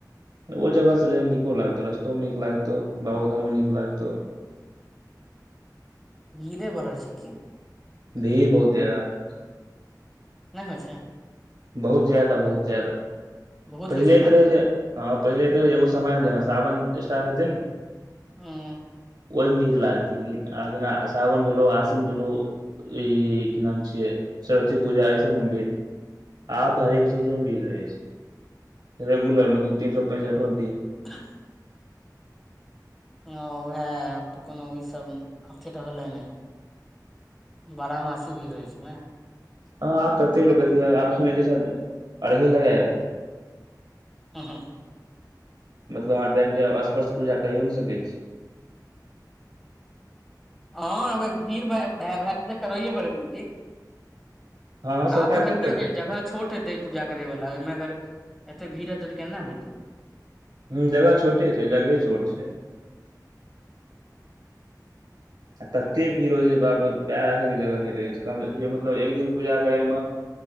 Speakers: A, on the right (about 70°); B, in the centre.
A: ओ जगह सब जाएमे नीको लागतौ रस्तो मे नीक लागतौ बाबोधाम में नीक लागतो
B: भीड़े बड़ होए छैय की
A: भीड़ बहुत ज्यादा रहै
B: नैय होय छै
A: बहुत ज्यादा बहुत ज्यादा
B: बहुत
A: पहिले
B: होइ छै ने
A: तऽ रहै जे ह पहिले तऽ एगो समय मे जेना सावन स्टार्ट हेतै ने
B: हूँ
A: ओयमे भीड़ लागतै लेकिन आ जेना सावन भेलौ आश्विन भेलौ ई की नाम छिय सरस्वती पूजा ऐस म भीर आब तऽ हरेक चीज में भीड़ रहे छै रेगुलर मतलब तीन सौ पैंसठो दिन
B: <inaudible> ह उएह तऽ कोनो ई सब अथी तऽ होलै नय बारा मासी भीड़ रहै छै नै
A: हँ आप तते लोग अथि सुने छीय अर्घे लगएते
B: हूँ हूं
A: मतलब अहाँ डायरेक्ट स्पर्श पूजा कयो ने सकैत छी
B: हँ भीड़ वायह भै जेते त करैए पड़त
A: हँ हँ
B: काबू
A: सरकार
B: हेतै
A: की करतै
B: ने जगह छोट हेतै पूजा करे वला ओएमे अगर एते भीड़ एते तऽ केना होयते
A: हूं जगह छोटे छै जगहे छोट छै आ तते भीड़ होइ छै बाप रे पैर राखैके जगह नय रहै छै कम इ म मतलब एक दिन पूजा करय मे